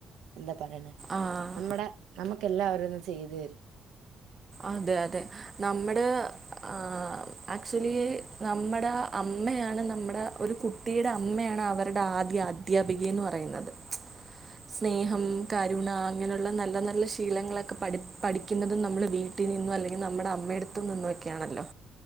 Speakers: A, on the right; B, on the right.
A: എന്താ പറയണേ
B: ആഹ്
A: നമ്മുടെ നമുക്ക്ല്ലാവരും ഒന്ന് ചെയ്തു തരും.
B: അതെ അതെ നമ്മടെ ആഹ് ആക്ച്വലി നമ്മുടെ അമ്മയാണ് നമ്മടെ ഒരു കുട്ടിയുടെ അമ്മയാണ് അവരുടെ ആദ്യ അധ്യാപിക എന്ന് പറയുന്നത്. സ്നേഹ ഉും കരുണ അങ്ങനെയുള്ള നല്ല നല്ല ശീലങ്ങളൊക്കെ പഠ പഠിക്കുന്നതും നമ്മൾ വീ കുട്ടി നിന്നോ അല്ലെങ്കിൽ നമ്മുടെ അമ്മയടുത്തും നിന്നോ ഒക്കെയാണല്ലോ?